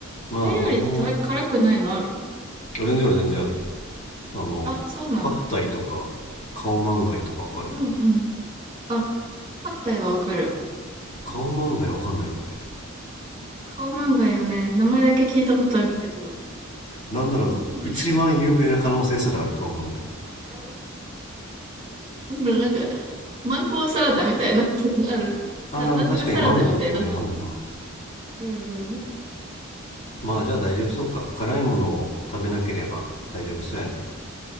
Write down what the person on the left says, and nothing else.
まあ、
俺も、
全然ある全然ある。あの、
パッタイとか、カオマンガイとかわかる
顔漫画わかんないんかい。
なんだろう、
一番有名な可能性すらある顔漫画。
ああ、
確かにマンゴー有名だもんな。
まあじゃあ大丈夫そうか。
辛いものを食べなければ大丈夫そうやね。